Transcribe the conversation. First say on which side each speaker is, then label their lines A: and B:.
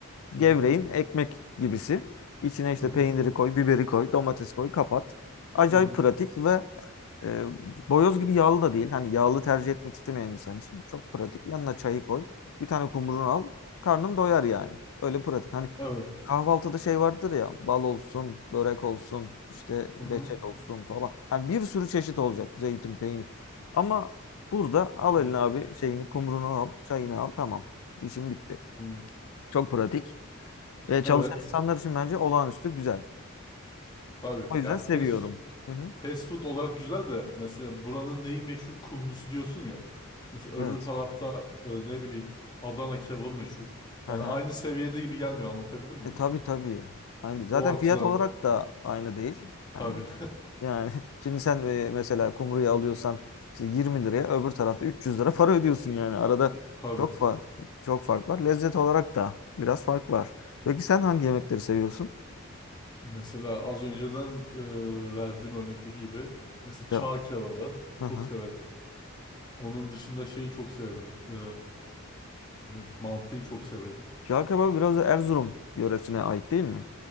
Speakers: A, on the left; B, on the left.
A: Hı
B: gevreğin
A: hı,
B: ekmek gibisi. İçine işte
A: hı hı,
B: peyniri koy, biberi koy, domates koy, kapat. Acayip
A: hı hı.
B: pratik ve E, boyoz gibi yağlı da değil. Hani yağlı tercih etmek istemeyen insan için çok pratik. Yanına çayı koy. Bir tane kumrunu al. Karnın doyar yani. Öyle pratik. Hani
A: Evet.
B: kahvaltıda şey vardır ya. Bal olsun, börek olsun, işte
A: Hı hı,
B: reçel olsun falan. Yani bir sürü çeşit olacak. Zeytin, peynir. Ama burada al
A: hı
B: eline abi şeyini, kumrunu al, çayını al. Tamam. İşim bitti.
A: hı.
B: Çok pratik. Ve
A: Evet.
B: çalışan insanlar için bence olağanüstü güzel.
A: Tabii.
B: O yüzden
A: Ya
B: seviyorum.
A: fast
B: Hı hı.
A: Fast food olarak güzel de mesela buranın neyi meşhur kumrusu diyorsun ya. Mesela öbür
B: Evet.
A: tarafta e, ne bileyim Adana kebabı meşhur.
B: Aha.
A: Yani aynı seviyede gibi gelmiyor anlatabildim mi?
B: E tabii tabii. Aynı değil.
A: O
B: Zaten
A: açıdan
B: fiyat olarak da aynı değil.
A: tabii
B: Yani yani <laughs> şimdi sen e, mesela kumruyu alıyorsan işte 20 liraya öbür tarafta 300 lira para ödüyorsun yani. Arada
A: <laughs> tabii.
B: çok fa çok fark var. Lezzet olarak da biraz fark var. Peki sen hangi yemekleri seviyorsun?
A: Mesela az önceden e, verdiğim örnekteki gibi mesela
B: Tamam.
A: çağ kebabı
B: Hı
A: çok
B: hı.
A: severim. Onun dışında şeyi çok severim. E, ne- mantıyı çok severim.
B: Cağ kebabı biraz da Erzurum yöresine ait değil mi?